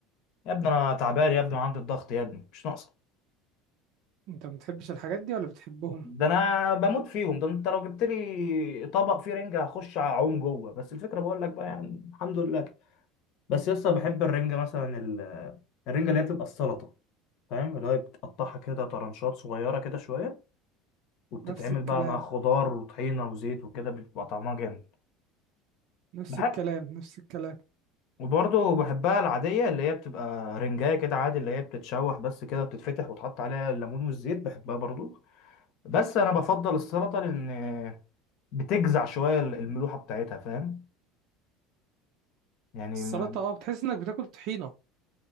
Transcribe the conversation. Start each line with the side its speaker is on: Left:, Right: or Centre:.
Left: يا ابني انا تعبان يا ابني وعندي الضغط يا ابني مش ناقصه
Right: انت ما بتحبش الحاجات دي ولا بتحبهم
Left: ده انا بموت فيهم ده انت لو جبت لي طبق فيه رنجه هخش اعوم جوه بس الفكره بقول لك بقى يعني الحمد لله بس يسطا بحب الرنجه مثلا ال- الرنجه اللي هي بتبقى السلطه فاهم اللي هي بتقطعها كده طرنشات صغيره كده شويه وبتتعمل
Right: نفس الكلام
Left: بقى مع خضار وطحينه وزيت وكده بيبقى طعمها جامد
Right: نفس
Left: بحب
Right: الكلام نفس الكلام
Left: وبرضه بحبها العادية اللي هي بتبقى رنجاية كده عادي اللي هي بتتشوح بس كده وبتتفتح وتحط عليها الليمون والزيت بحبها برضه بس أنا بفضل السلطة لأن بتجزع شوية الملوحة بتاعتها فاهم يعني
Right: السلطه
Left: ما
Right: اه بتحس انك بتاكل طحينه